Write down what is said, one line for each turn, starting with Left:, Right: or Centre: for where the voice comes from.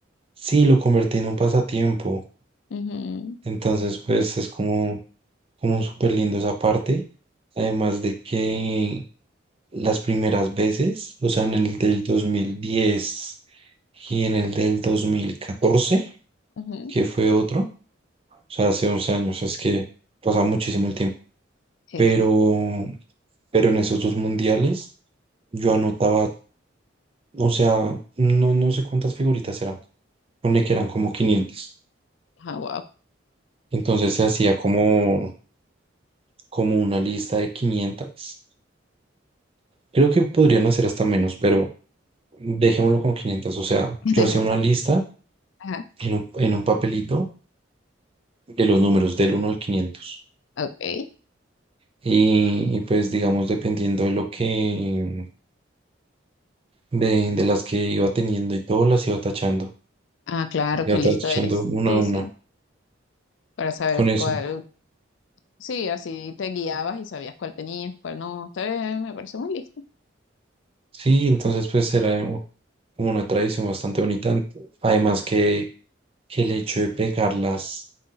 Right: sí, lo convertí en un pasatiempo,
Left: Ujú,
Right: entonces pues es como, como súper lindo esa parte, además de que las primeras veces, o sea, en el del 2010 y en el del 2014,
Left: ujú.
Right: que fue otro, o sea, hace 11 años, es que pasa muchísimo el tiempo,
Left: Jeje.
Right: pero, pero en esos dos mundiales yo anotaba... O sea, no, no sé cuántas figuritas eran, pone que eran como 500.
Left: Ah, wow.
Right: Entonces se hacía como, como una lista de 500. Creo que podrían hacer hasta menos, pero dejémoslo con 500. O sea,
Left: <laughs>
Right: yo
Left: Demás.
Right: hacía una lista
Left: Ajá,
Right: en un, en un papelito de los números del uno al quinientos
Left: ok.
Right: Y, y pues digamos, dependiendo de lo que, de, de las que iba teniendo y todo, las iba tachando.
Left: Ah, claro,
Right: Iba
Left: qué listo
Right: tachando
Left: eres.
Right: una
Left: Sí,
Right: a una
Left: sí. Para saber
Right: con eso.
Left: cuál. Sí, así te guiabas y sabías cuál tenías, cuál no. Está bien, me parece muy listo.
Right: Sí, entonces pues era como una tradición bastante bonita. Además que que el hecho de pegarlas